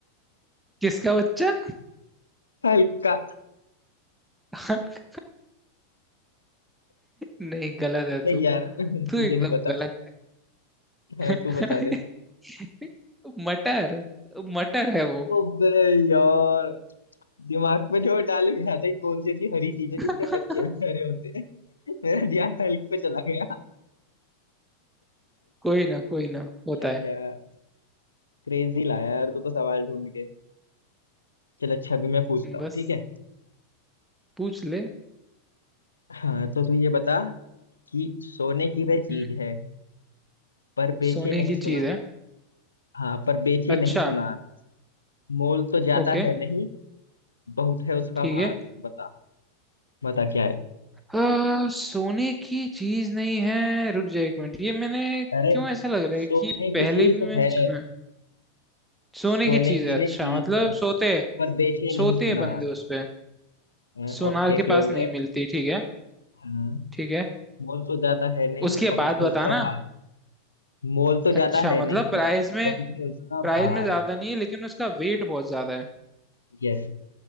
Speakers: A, in the centre; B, on the left.
A: किसका बच्चा
B: हल्का
A: <laughs> नहीं गलत है
B: नहीं
A: तू
B: यार मुझे
A: तू एकदम
B: नहीं पता
A: गलत है
B: हाँ,
A: <laughs>
B: तू बता दे
A: मटर मटर है वो
B: ओबे यार दिमाग पे जो डाल गया था कि कौन सी ऐसी हरी चीज है
A: <laughs>
B: जिसके बच्चे भी हरे होते हैं मेरा ध्यान हल्क पे चला गया
A: कोई ना कोई ना होता
B: या
A: है
B: यार क्रेजी लाया यार तू तो सवाल ढूंढ के चल अच्छा अभी मैं पूछता हूँ
A: बस
B: ठीक है
A: पूछ ले
B: हाँ तो तू ये बता कि सोने की वह चीज
A: हम्म,
B: है पर बेचे
A: सोने
B: नहीं
A: की
B: सुनार
A: चीज है
B: हाँ पर बेचे
A: अच्छा
B: नहीं सुनार मोल तो ज्यादा
A: ओके
B: है नहीं बहुत है उसका
A: ठीक
B: भार
A: है
B: बता बता क्या है
A: आ, सोने की चीज नहीं है रुक जा एक मिनट ये मैंने
B: अरे
A: क्यों ऐसा लग रहा
B: सोने
A: है कि
B: की
A: पहले
B: चीज
A: भी मैंने
B: है
A: सुना है सोने
B: सोने
A: की चीज
B: की
A: है
B: वह
A: अच्छा
B: चीज
A: मतलब
B: है
A: सोते हैं
B: पर बेचे
A: सोते
B: नहीं सुनार
A: हैं बंदे उस पे
B: हाँ,
A: सोनार
B: ओके
A: के
B: क्लोज
A: पास नहीं
B: है
A: मिलती ठीक है
B: हाँ
A: ठीक है
B: मोल तो ज्यादा है नहीं
A: उसके
B: बहुत
A: बाद
B: है
A: बताना
B: उसका भार मोल तो ज्यादा
A: अच्छा
B: है
A: मतलब
B: नहीं
A: प्राइस में
B: बहुत है उसका
A: प्राइस
B: भार
A: में ज्यादा नहीं है लेकिन उसका वेट बहुत ज्यादा है
B: यस